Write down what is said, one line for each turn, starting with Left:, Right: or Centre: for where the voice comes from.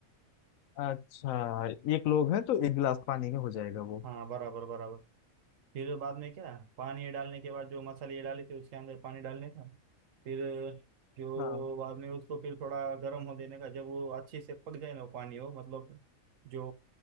Left: अच्छा एक लोग हैं तो एक गिलास पानी में हो जाएगा वो
Right: हाँ बराबर बराबर फिर बाद में क्या पानी डालने के बाद जो मसाले ये डाले थे उसके अंदर पानी डालने था फिर जो
Left: हाँ
Right: बाद में उसको फिर थोड़ा गर्म हो देने का जब वो अच्छे से पक जाए ना वो पानी हो मतलब जो